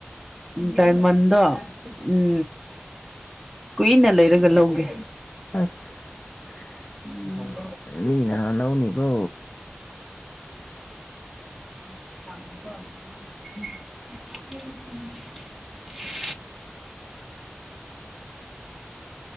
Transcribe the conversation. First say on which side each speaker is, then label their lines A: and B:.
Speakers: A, in the centre; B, on the left (about 40°).
A: ꯗꯥꯏꯃꯟꯗꯣ ꯎꯝ ꯀꯨꯏꯅ ꯂꯩꯔꯒ ꯂꯧꯒꯦ
B: ꯑꯁ
A: ꯎꯝ
B: ꯃꯤꯅ ꯍꯥꯟꯍꯧꯅ ꯂꯧꯅꯤꯀꯣ <inaudible>
A: <unintelligible>
B: <inaudible>